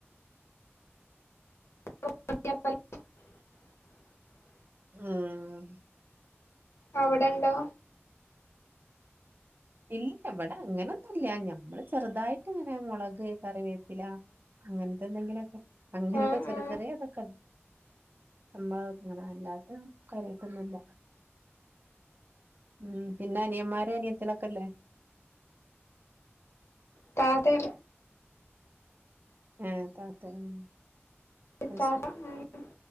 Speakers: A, on the left; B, on the right.
A: <unintelligible>
B: ഊം
A: അവടെണ്ടോ?
B: ഇല്ല വടെങ്ങനൊന്നുല്ല ഞമ്മള് ചെറുതായിട്ട്ങ്ങനെ മുളക്, കറിവേപ്പിലാ അങ്ങൻത്തെ ന്തെങ്കിലൊക്കെ അങ്ങൻത്തെ
A: ആഹ്
B: ചെറി
A: ആഹ്
B: ചെറിയ തൊക്കെ നമ്മളങ്ങന അല്ലാത്ത കാര്യായിട്ടൊന്നുല്ല. ഉം. പിന്ന നിയമ്മാരു അനിയത്ത്യളൊക്കെല്ലേ?
A: ത്താത്തെ
B: ഏഹ് താത്തെയാ ഉം അത്
A: ത്താത്ത
B: ശരി
A: ഉം